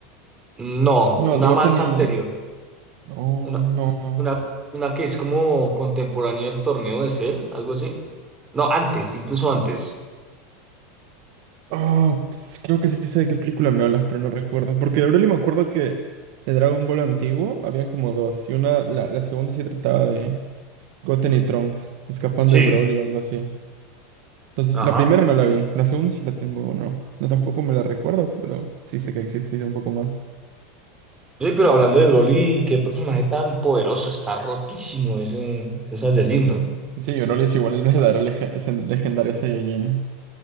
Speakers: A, on the right; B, on the right.
A: mm, No,
B: No,
A: una
B: Goten
A: más anterior,
B: y. Oh,
A: una,
B: no, no.
A: una, una que es como contemporánea del torneo de Cell, algo así. No, antes, incluso antes.
B: Ah, pues, creo que sí sé de qué película me hablas, pero no recuerdo. Porque de Broly me acuerdo que de Dragon Ball antiguo habían como dos. Y una, la, la segunda sí trataba de Goten y Trunks escapando
A: Sí.
B: de Broly o algo así. Entonces,
A: Ajá.
B: la primera no la vi. La segunda sí la tengo o no. No tampoco me la recuerdo, pero sí sé que existe y sé un poco más.
A: Oye, pero hablando de Broly, qué personaje tan poderoso, está rotísimo ese, ese Saiyajin, ¿no?
B: Sí, Broly es igual el verdadero lege- es el legendario Saiyajin.